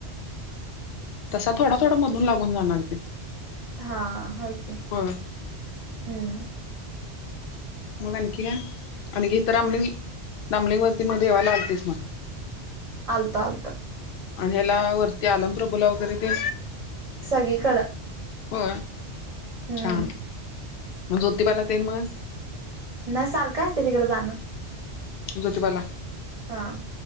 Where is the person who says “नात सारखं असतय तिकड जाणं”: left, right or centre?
Right